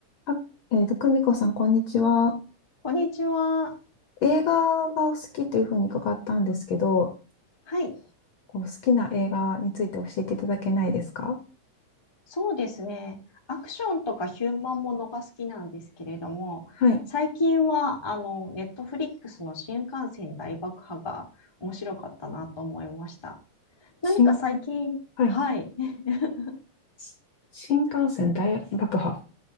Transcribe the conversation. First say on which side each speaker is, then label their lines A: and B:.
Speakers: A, on the left; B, on the left.
A: あえっと、久美子さん、こんにちは。
B: こんにちは。
A: 映画がお好きというふうに伺ったんですけど、
B: はい。
A: こう好きな映画について教えていただけないですか
B: そうですね。アクションとかヒューマンものが好きなんですけれども、
A: はい。
B: 最近は、あの、ネットフリックスの新幹線大爆破が面白かったなと思いました。
A: 新、
B: 何か最近、
A: はい。
B: はい。<laughs>
A: し新幹線大爆破。